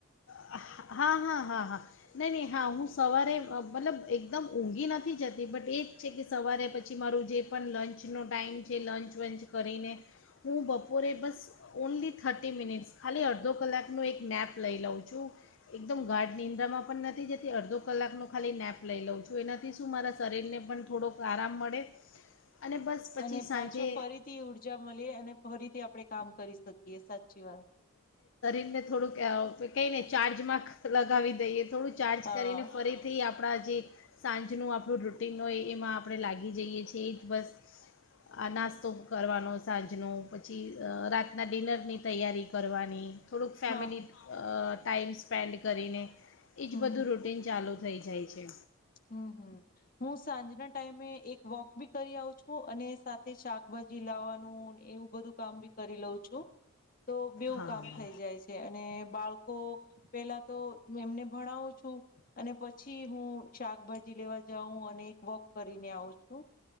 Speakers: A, on the left (about 55°); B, on the left (about 40°).
A: હા, હા, હા, હા, નહી, નહી, હા, હું, સવારે મતલબ એકદમ ઊંઘી નથી જતી, બટ એ જ છે, કે સવારે પછી મારું જે પણ લંચનો ટાઈમ છે. લંચ વંચ કરીને હું બપોરે બસ ઓનલી થર્ટી મિનિટ્સ ખાલી અડધો કલાક ન એક નેપ લઈ લઉં છું. એકદમ ગાઢ નિંદ્રામાં પણ નથી જતી, અડધો કલાકનો ખાલી નેપ લઈ લઉં છું. એનાથી શું મારા શરીરને પણ થોડોક આરામ મળે અને બસ પછી
B: અને
A: સાંજે
B: પાછો ફરીથી ઊર્જા મળીએ અને ફરીથી આપણેે કામ કરી શકીએ, સાચી વાત
A: ને થોડુંક કઈને ચાર્જ જ લગાવી દઈએ થોડું ચાર્જ
B: હા
A: કરીને ફરીથી આપણા જે સાંજનું આપણું રૂટિન હોય, એમાં આપણે લાગી જઈએ છીએ. એ જ બસ આ નાસ્તો કરવાનો સાંજનો પછી રાતના ડિનરની તૈયારી કરવાની થોડુંક ફેમિલી
B: હા
A: ટાઈમ્સ સ્પેન્ડ કરીને એજ
B: હમ
A: બધું રૂટીન ચાલુ થઇ જાય છે.
B: હમ્મ, હમ્મ, હું સાંજના ટાઈમે એક વોક બી કરી આવ છું. અને સાથે શાકભાજી લાવવાનું એવું બધું કામ બી કરી લઉં છું. તો બેવું
A: હા
B: કામ થઈ જાય છે. અને બાળકો પેલા તો એમને ભણાવું છું અને પછી હું. શાકભાજી લેવા જાઉં અને એક વોક કરીને આવું છું